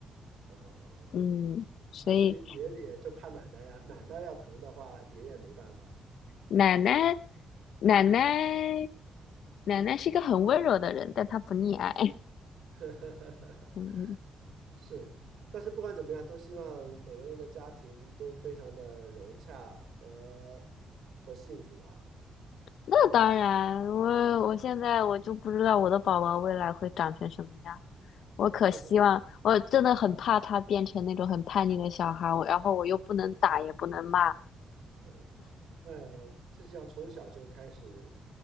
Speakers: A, on the right; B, on the left.
A: 哦，
B: 嗯，所以
A: 但是爷爷也就怕奶奶呀，奶奶要疼的话，爷爷没办法。
B: 奶奶奶奶奶奶是一个很温柔的人，但她不溺爱，
A: <laughs>
B: <laughs> 嗯，
A: 是，但是不管怎么样，都希望每个人的家庭都非常的融洽和和幸福吧。
B: 那当然，我我现在我就不知道我的宝宝未来会长成什么样。我可希望，
A: 那不管
B: 我真的很怕他变成那种很叛逆的小孩儿，我然后我又不能打也不能骂，
A: 嗯，那这就要从小就开始，